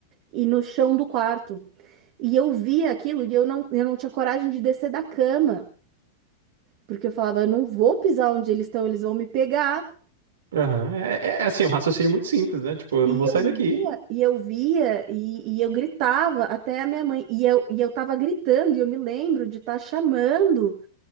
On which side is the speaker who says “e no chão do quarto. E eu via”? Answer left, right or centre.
Right